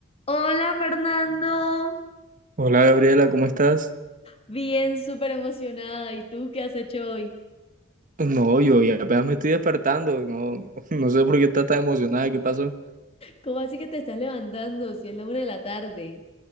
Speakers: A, on the left; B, on the right.
A: Hola Fernando.
B: Hola Gabriela, ¿cómo estás?
A: Bien, súper emocionada. ¿Y tú qué has hecho hoy?
B: No, yo ya apenas me estoy despertando, no, <laughs> no sé por qué estás tan emocionada, ¿qué pasó?
A: ¿Cómo así que te estás levantando si es la una de la tarde?